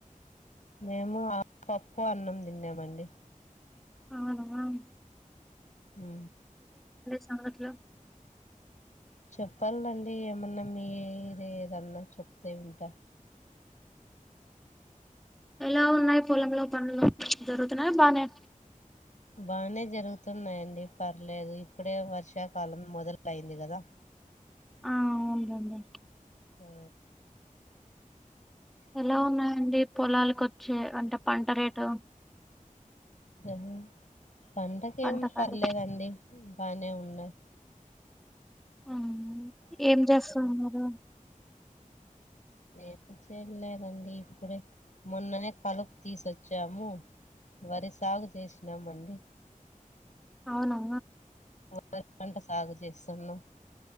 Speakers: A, on the left (about 60°); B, in the centre.
A: మేము ఆ పప్పు అన్నం తిన్నామండి
B: అవున
A: ఉ
B: సన్గతులు
A: చెప్పలండి ఏమన్నా మీరేదన్నా చెప్తే వింట
B: ఎలా ఉన్నాయి పొలంలో పనులు జరుగుతున్నాయ బానే
A: బానే జరుగుతున్నాయండి పర్లేదు ఇప్పుడే వర్షాకాలం మొదలయింది కదా
B: ఆవునండి
A: ఉ
B: ఎలా ఉన్నాయండి పొలాలకొచ్చే అంటే పంట రేటు
A: అద పంటకేం
B: పంట
A: పర్లేదండి
B: ఖరీదు
A: బానే ఉన్నాయ్
B: ఆ ఏం చేస్తాన్నారు
A: ఏం చేయలేదండి ఇప్పుడే మొన్ననే కలుపు తీసొచ్చాము వరి సాగు చేసినాంమండి
B: అవునా
A: వరి పంట సాగు చేస్తునం